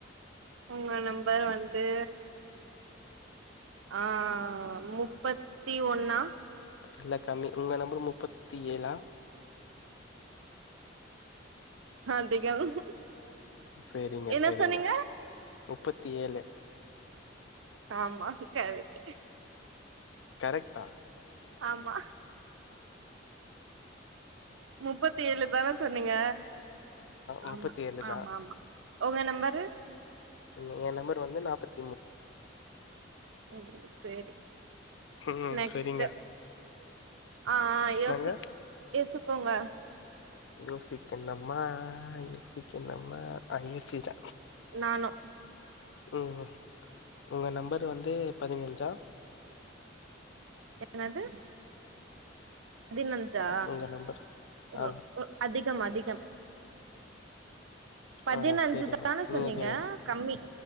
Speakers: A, on the right; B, on the left.
A: உங்க நம்பர் வந்து ஆ முப்பத்தி ஒன்னா
B: இல்ல கம்மி உங்க நம்பர் முப்பத்தி ஏழா
A: ஆ அதிகம்,
B: சரிங்க
A: என்ன
B: சரிங்க
A: சொன்னீங்க?
B: முப்பத்தி ஏழு
A: ஆமா கரெக்ட்டு
B: கரெக்டா
A: ஆமா முப்பத்தி ஏழுதான சொன்னீங்க
B: முப்பத்தி
A: ஆமா
B: ஏழு தா
A: ஆமாமா, உங்க நம்பரு
B: ங்க ஏ நம்பர் வந்து நாப்பத்
A: ம் சேரி
B: ம்
A: நெக்ஸ்ட்
B: சரிங்க
A: ஆ ஆ
B: என்னங்க
A: யோசி யோசிக்கோங்க
B: யோசிக்கனுமா யோசிக் கினுமா ஆ யோசிச்சிட்ட
A: நானு
B: ம், உங்க நம்பர் வந்து பதினஞ்சா
A: என்னது பதினஞ்சா
B: உங்க நம்பர்
A: ஒரு
B: ஆமா
A: ஒ அதிகம் அதிகம் பதினஞ்சுதான
B: ஆ சரிங்க. நீங்க
A: சொன்னீங்க,
B: கேளுங்க.
A: கம்மி,